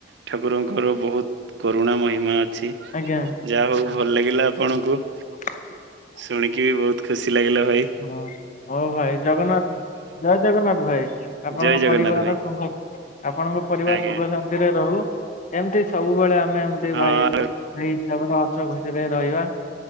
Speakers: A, on the right; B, on the left.
A: ଠାକୁରଙ୍କର ବହୁତ କରୁଣା ମହିମା ଅଛି।
B: ଆଜ୍ଞା।
A: ଯାହା ହଉ ଭଲ ଲାଗିଲା ଆପଣଙ୍କୁ।
B: <inaudible>
A: ଶୁଣିକି ବି ବହୁତ ଖୁସି ଲାଗିଲା ଭାଇ।
B: ହଁ ହଉ ଭାଇ ଜଗନ୍ନାଥ ଜୟ ଜଗନ୍ନାଥ ଭାଇ ଆପଣଙ୍କ
A: ଜୟ ଜଗନ୍ନାଥ
B: ପରିବାର
A: ଭାଇ
B: <unintelligible> ଆପଣଙ୍କ ପରିବାର
A: ଆଜ୍ଞା
B: ସୁଖ ଶାନ୍ତିରେ ରହୁ। ଏମିତି ସବୁବେଳେ ଆମେ ଏମତି
A: ହଁ।
B: ଭାଇ ଭାଇ ହିସାବରେ ହସ ଖୁସିରେ ରହିବା।